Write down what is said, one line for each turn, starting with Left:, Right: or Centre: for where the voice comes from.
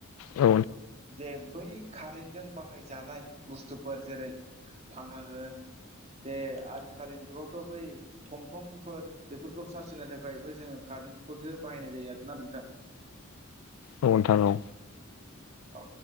Left: औ
Right: जे बै कारेन्टजों बाहायजानाय बुस्थुफ फोर जेरै फांखा होन बे आजिखालिनि जुगावथ बै त तमफोर बेफोरखौ चार्स होनो थाखायबो जोङो कारेन्टखौसो बाहायनाय जायो आरोना नोंथां
Left: नोंथां औ नोंथां औ
Right: औ